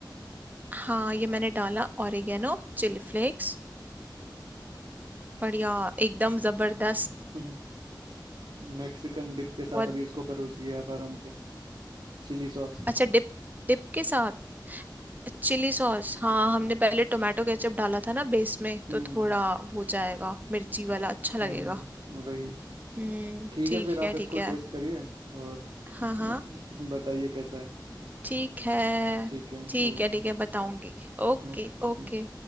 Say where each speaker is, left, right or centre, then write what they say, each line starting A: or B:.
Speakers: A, on the right; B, on the right.
A: हाँ ये मैंने डाला ओरिगेनो चिली फ्लेक्स बढ़िया एकदम जबरदस्त
B: है <laughs> मैक्सिकन डिप के साथ
A: बहुत
B: अभी इसको परोसिए आप आराम से Chilli sauce
A: अच्छा डिप डिप के साथ चिली सॉस हाँ हमने पहले टोमेटो केचप डाला था ना बेस में
B: हम्म
A: तो थोड़ा हो जाएगा मिर्ची वाला अच्छा लगेगा
B: हम्म वही
A: हम्म
B: ठीक
A: ठीक
B: है फिर आप
A: है
B: इसको
A: ठीक है
B: टेस्ट करिए और
A: हाँ हाँ
B: मैं <laughs> बताइए कैसा है
A: ठीक है
B: ठीक है
A: ठीक
B: Okay
A: है ठीक है बताऊंगी Okay
B: okay
A: okay
B: हम्म